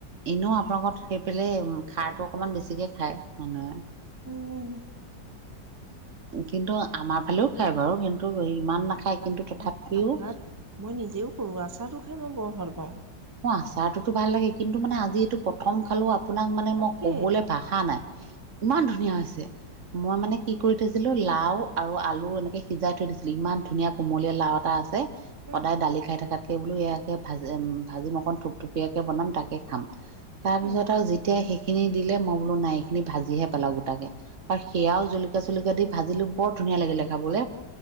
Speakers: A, on the right; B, on the right.
A: এনেও আপোনালোকত সেইফালে
B: দেউতা
A: খাৰটো
B: ঢুকাল
A: অকণমান বেছিকে খায় মানুহে।
B: উম।
A: কিন্তু আমাৰ ফালেও খাই বাৰু কিন ইমান নাখায়
B: গাজ
A: কিন্তু
B: টেঙা
A: তথাপিও
B: যে আচাৰ মই নিজেও কৰো আচাৰটো খাই মই বৰ ভাল পাওঁ।
A: আচাৰটো টো ভাল লাগে, কিন্তু মানে আজি এইটো প্ৰথম খালো আপোনাক মানে
B: তাকে
A: মই ক'বলৈ ভাষা নাই। ইমান ধুনীয়া হৈছে। মই মানে কি কৰি থৈছিলো লাও আৰু আলু এনেকে সিজাই থৈ দিছিলো। ইমান ধুনীয়া কোমলীয়া লাও এটা আছে।
B: উম,
A: সদায় দালি খাই থাকাত সেইবোলো ইয়াকৈ ভাজিম। ভাজি অকণ থুপথুপীয়াকে বনাম তাকে খাম। তাৰপিছত
B: উম,
A: আৰু যেতিয়াই শেষ খিনি দিলে। মই বোলো নাই এইখিনি ভাজিহে পেলাও গোটাকে। আৰু সেয়াও জলকীয়া-চলকীয়া দি ভাজিলো বৰ ধুনীয়া লাগিলে খাবলে।